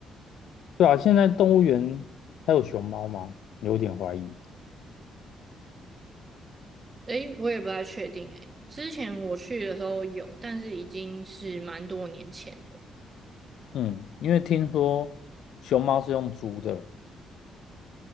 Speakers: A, on the left (about 75°); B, on the right (about 30°).
A: 对啊，现在动物园还有熊猫吗？有点怀疑。
B: 诶，我也不太确定诶，之前我去的时候有，但是已经是蛮多年前了。
A: 嗯，因为听说熊猫是用租的，